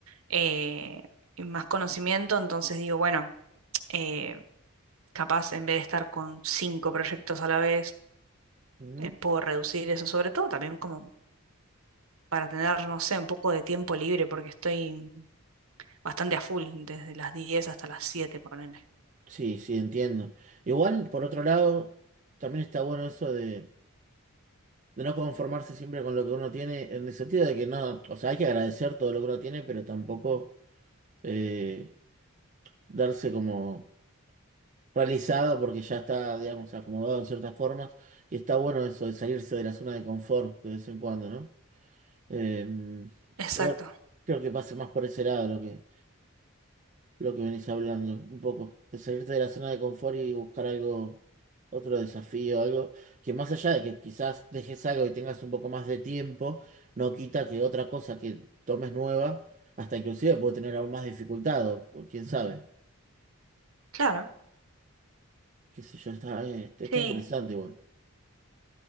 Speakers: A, on the right; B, on the right.
A: eh, y más conocimiento, entonces digo, bueno, eh, capaz en vez de estar con cinco proyectos a la vez,
B: Ujú.
A: eh, puedo reducir eso, sobre todo también como para tener, no sé, un poco de tiempo libre, porque estoy bastante a full, desde las diez hasta las 7, ponele.
B: Sí, sí, entiendo. Igual, por otro lado, también está bueno eso de, de no conformarse siempre con lo que uno tiene, en el sentido de que no, o sea, hay que agradecer todo lo que uno tiene, pero tampoco eh, darse como realizada porque ya está, digamos, acomodado en ciertas formas. Y está bueno eso de salirse de la zona de confort de vez en cuando, ¿no? Eh,
A: Exacto,
B: creo, creo que pasa más por ese lado lo que, lo que venís hablando, un poco. De salirte de la zona de confort y buscar algo, otro desafío, algo que más allá de que quizás dejes algo y tengas un poco más de tiempo, no quita que otra cosa que tomes nueva, hasta inclusive puede tener aún más dificultad, o o quién sabe.
A: claro,
B: Qué sé yo, está, eh, está
A: sí,
B: interesante igual.